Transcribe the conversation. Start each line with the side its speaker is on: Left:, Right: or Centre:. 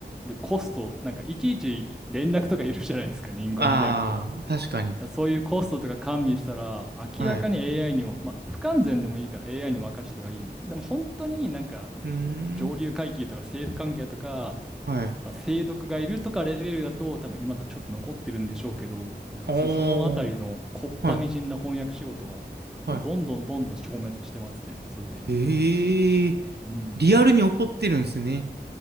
Centre: るコスト、なんかいちいち連絡とかいるじゃないですか、人間ってやると。
Right: ああ、確かに。
Centre: そういうコストとか加味したら、
Right: はい。
Centre: 明らかに
Right: う
Centre: AI にも、まあ、不完全でもいいから AI に任せた方がいい。でも本当になんか
Right: ーん。
Centre: 上流階級とか政府関係とか、
Right: はい。
Centre: まあ、清毒がいるとかレベルだと多分今だとちょっと残ってるんでしょうけどなんか裾野あたりのこっぱみじんな翻訳仕事はもうどんどんどんどん消滅してますねそれで言うと。
Right: おー。はい。はい。ええー。
Centre: うん。
Right: リアルに起こってるんですね。